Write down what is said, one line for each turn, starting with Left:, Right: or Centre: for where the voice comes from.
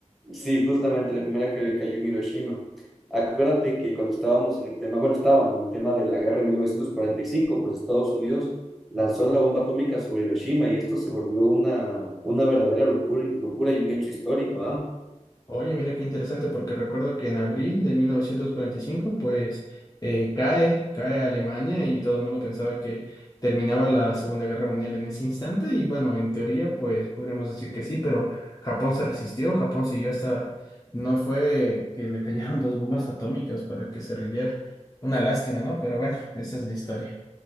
Centre: Sí, justamente la primera que cayó en Hiroshima. Acuérdate que cuando estábamos en el tema, bueno, estaban en el tema de la guerra en 1945, pues Estados Unidos lanzó la bomba atómica sobre Hiroshima y esto se volvió una, una verdadera locura, locura y un hecho histórico, ¿ah?
Left: Oye, mira qué interesante, porque recuerdo que en abril de 1945 pues eh, cae, cae Alemania y todo el mundo pensaba que terminaba la Segunda Guerra Mundial en ese instante. Y bueno, en teoría, pues podríamos decir que sí, pero Japón se resistió, Japón siguió hasta... No fue que le cayeron dos bombas atómicas para que se rindiera. Una lástima, ¿no? Pero bueno, esa es la historia.